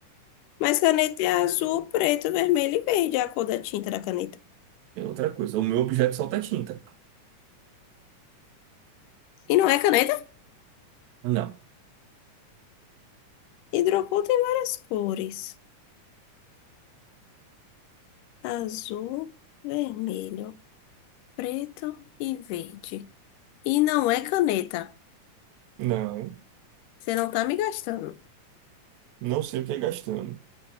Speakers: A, on the left; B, on the right.
A: Mas caneta é azul, preto, vermelho e verde, é a cor da tinta da caneta.
B: é outra coisa. O meu objeto solta tinta.
A: E não é caneta?
B: Não.
A: Hidrocor tem várias cores. Azul, vermelho, preto e verde. E não é caneta.
B: Não,
A: Você não tá me gastando.
B: não sei o que é gastando.